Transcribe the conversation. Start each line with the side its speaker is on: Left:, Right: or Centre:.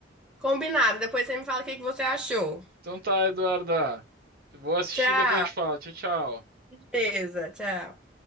Centre: Combinado, depois você me fala o que que você achou.
Right: Então tá, Eduarda, eu vou assistir
Centre: Tchau,
Right: e depois eu te falo. Tchau, tchau.
Centre: beleza, tchau.